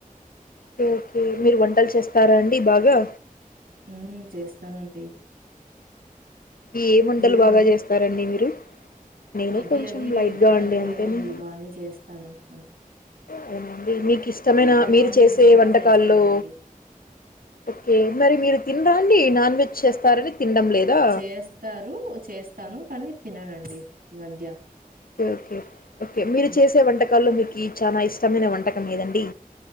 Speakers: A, on the left (about 75°); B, on the right (about 90°).
A: ఓకే ఓకే మీరు వంటలు చేస్తారా అండి బాగా
B: హ్మ్మ్ చేస్తానండి
A: ఏ మంటలు
B: మీరు
A: బాగా
B: అండి?
A: చేస్తారండి మీరు నేను
B: ఇది
A: కొంచెం
B: అది
A: లైట్గా
B: లేదా
A: అండి
B: అని
A: అంతేనా
B: లేదండి బానే చేస్తాను అని
A: అవునండి మీకు ఇష్టమైన మీరు
B: నాన్
A: చేసే
B: వెజ్ బా
A: వంటకాల్లో
B: చేస్తానండి.
A: ఓకే మరి మీరు తిన రండి నాన్ వెజ్ చేస్తారని తినడం లేదా
B: చేస్తారు చేస్తాను కానీ తిననండి ఈ మధ్య
A: ఓకే ఓకే మీరు
B: హ్మ్.
A: చేసే వంటకాల్లో మీకు చాలా ఇష్టమైన వంటకం ఏదండి